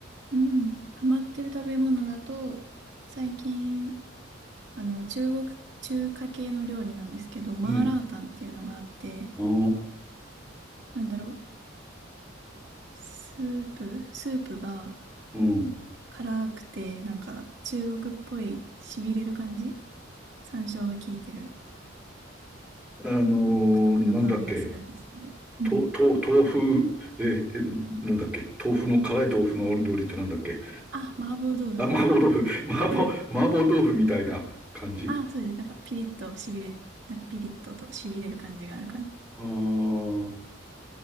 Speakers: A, on the right; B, in the centre.
A: うん。ハマってる食べ物だと、最近、あの、中国、中華系の料理なんですけど、マーラータンっていうのがあって、
B: うん。ああ、
A: なんだろう、スープ、スープが
B: うん。
A: 辛くて、なんか中国っぽい痺れる感じ山椒が効いてる。
B: あのーなんだっけ。
A: なんか独特の香りがするんですけど。うん。
B: と、と、豆腐、え、えなんだっけ。豆腐の、辛い豆腐の料理ってなんだっけ。
A: あ、麻婆豆腐。
B: あ、麻婆豆腐。<laughs> 麻婆、
A: うん。
B: 麻婆豆腐みたいな感じ
A: あ、そうです。なんかピリッと痺れ、なんかピリッとと痺れる感じがある感じ。
B: ああ